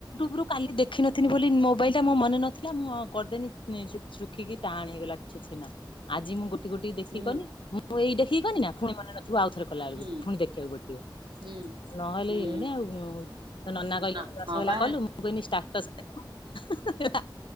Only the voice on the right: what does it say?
ହୁଁ
ହୁଁ
ହୁଁ
ହୁଁ।
ନା
ହଁ ବା